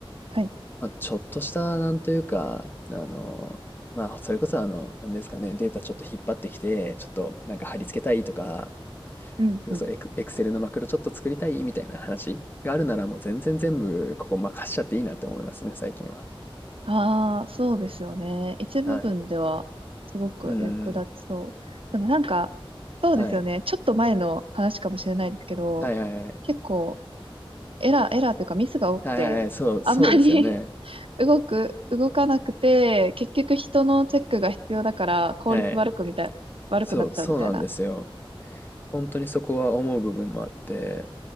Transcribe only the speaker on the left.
まあ、ちょっとした、なんというか、あの、まあ、それこそ、あの、なんですかね、データちょっと引っ張ってきて、ちょっとなんか貼り付けたいとか、
それこそエク、エクセルのマクロちょっと作りたいみたいな話があるなら、もう全然全部、ここ任しちゃっていいなって思いますね、最近は。
はい。うん。
はい。
はいはいはい。
はいはいはい。そう、
そうですよね。
はい。
そう、そうなんですよ。本当にそこは思う部分もあって、